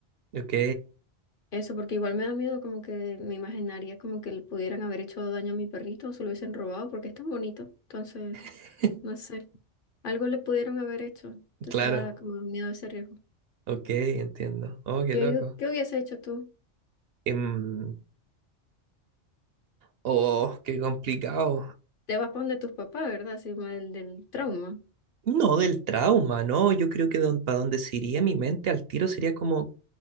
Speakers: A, on the right; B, on the left.
A: Ok,
B: Eso, porque igual me da miedo como que me imaginaría como que le pudieran haber hecho daño a mi perrito o se lo hubiesen robado porque es tan bonito. Entonces,
A: <laughs>
B: no sé, algo le pudieron haber hecho. Entonces
A: claro.
B: me da como miedo ese riesgo.
A: Ok, entiendo. Oh, qué
B: ¿Qué,
A: loco.
B: hu- qué hubiese hecho tú?
A: Em, oh, qué complicado.
B: Te vas para donde tus papás, ¿verdad? Sí, del, del trauma.
A: No, del trauma, ¿no? Yo creo que para donde se iría mi mente al tiro sería como,